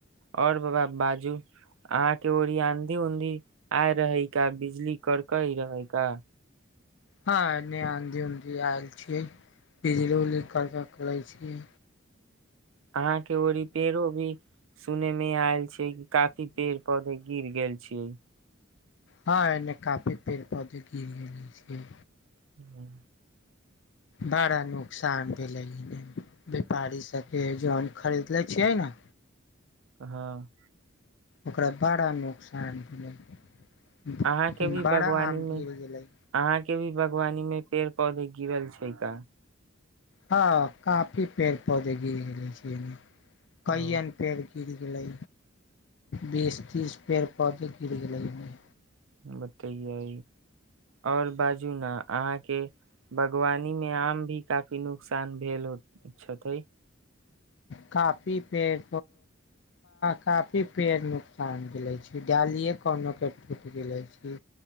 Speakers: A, on the right; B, on the left.
A: आओर बाबा बाजू अहाँके ओरी आँधी उधी आ रहै का बिजली कड़कई रहै का
B: हँ एने आँधी उऊधी आयल छियै बिजल उली कर करै छियै
A: अहाँके ओ री पेड़ो भी सुने मे आयल छी काती पेर पदे गिर गेल छियै
B: हँ एने काफी पेड़ पौधे घिर छै
A: ह
B: बड़ा नुकसान भेलै व्यापारी सभके जन खरीद लै छियै ने
A: हँ
B: ओकरा बड़ा नुोकसान भेलै
A: अहाँ के भी
B: बड़ा
A: बागवानी
B: आम
A: मे
B: की हो गेलै
A: अहाँ के भी बागवानी मे पेड़ पौधे गिरल छै का
B: हँ काफी पेड़ पौधे घि गेले छियमे कन
A: ओ
B: पेड़ गीर गेलै बस तीस पेर पाद गिड़ गेलमे
A: बतैए आओर बात आहा के बर बागवानी मे आम भी काफी नुकसान भेल छैे
B: काफी पेड़ काफी पेड़ नुकसान के छै डालिे कोनो के टूट गेले छी